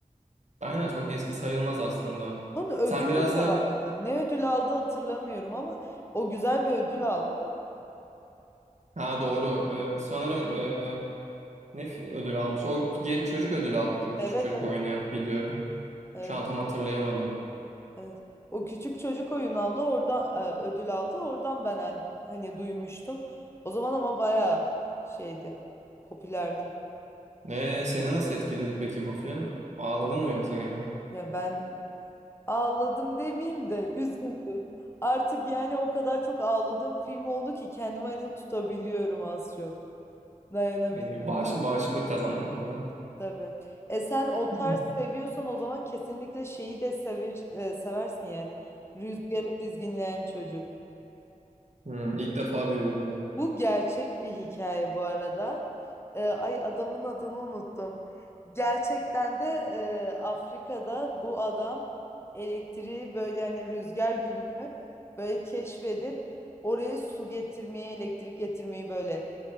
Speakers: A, on the right; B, on the left.
A: Aynen çok eski sayılmaz aslında.
B: Bunun ödülü
A: Sen biraz
B: de
A: da
B: vardı. Ne ödül aldı hatırlamıyorum ama o güzel bir ödül aldı.
A: ha doğru. E, sanırım e, ne fi- ödül almış? O genç çocuk ödül aldı. Küçük
B: Evet
A: çocuk
B: evet.
A: oynayan biliyorum.
B: evet.
A: Şu an tam hatırlayamadım.
B: Evet. O küçük çocuk oyun aldı. Orada e, ödül aldı. Oradan ben hani, hani duymuştum. O zaman ama bayağı şeydi. Popülerdi.
A: E, seni nasıl etkiledi peki bu film? Ağladın mı yoksa gene?
B: Ya ben ağladım demeyeyim de üzüldüm. Artık yani o kadar çok ağladığım film oldu ki kendimi hani tutabiliyorum az çok. Dayanabiliyorum
A: E, bağış, bağışıklık kazandın gene.
B: tabii. E sen o
A: <laughs>
B: tarz seviyorsan o zaman kesinlikle şeyi de sever, e, seversin yani. Rüzgarı dizginleyen çocuk.
A: Hı, ilk defa duyuyorum bak.
B: Bu gerçek bir hikaye bu arada. Ee, ay adamın adını unuttum. Gerçekten de e, Afrika'da bu adam elektriği böyle hani rüzgar gülünü böyle keşfedip oraya su getirmeyi, elektrik getirmeyi böyle